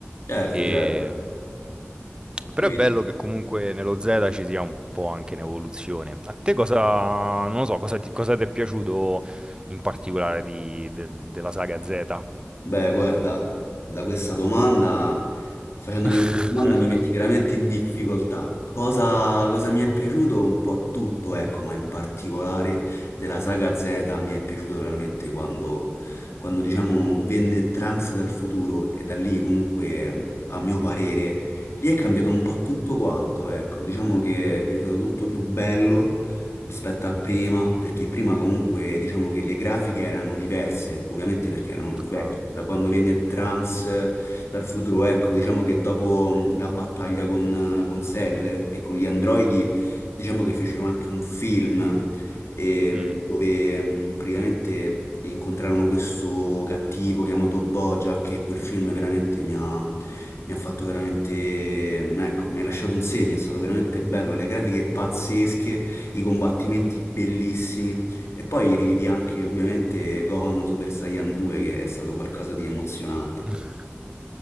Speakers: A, on the left (about 75°); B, on the right (about 20°).
A: Certo,
B: E...
A: certo, capito.
B: Però è bello che comunque nello Z ci sia un po' anche in evoluzione. A te cosa, non lo so, cosa ti, cosa ti è piaciuto in particolare di- del- della saga Z?
A: Beh, guarda, da questa domanda, facendomi
B: <laughs>
A: questa domanda mi metti veramente in difficoltà. Cosa, cosa mi è piaciuto? Un po' tutto, ecco, ma in particolare
B: Mm,
A: della saga Z mi è piaciuto veramente quando, quando diciamo, venne Trunks dal futuro e da lì comunque, a mio parere, lì è cambiato un po' tutto quanto, ecco, diciamo che
B: mm,
A: è diventato tutto più bello rispetto a prima, perché prima comunque diciamo che le grafiche erano diverse, ovviamente perché erano più vecchie.
B: ah,
A: Da quando venne Trunks eh, dal futuro, ecco, diciamo che dopo mh, la battaglia con, eh, con Cell e con gli androidi, diciamo che fecero anche un film ehm,
B: mm.
A: dove mh, praticamente incontrarono questo cattivo chiamato Bojack e quel film veramente mi ha, mi ha fatto veramente, mm, ecco, mi ha lasciato un segno, è stato veramente bello, le grafiche pazzesche, i combattimenti
B: Mh.
A: bellissimi. E poi rividi anche ovviamente Gohan Super Saiyan 2 che è stato qualcosa di emozionante.
B: <laughs>